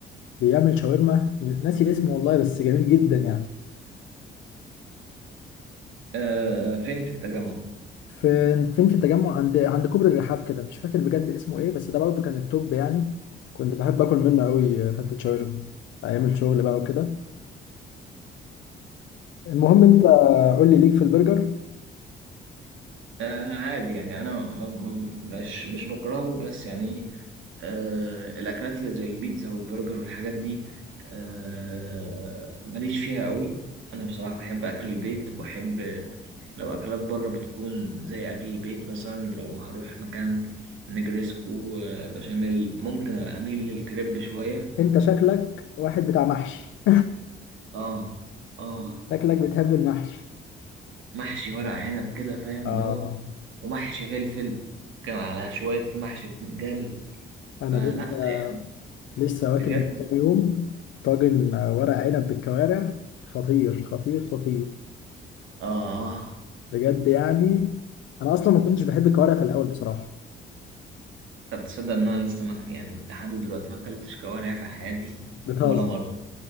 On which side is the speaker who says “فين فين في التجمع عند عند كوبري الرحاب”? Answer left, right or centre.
Left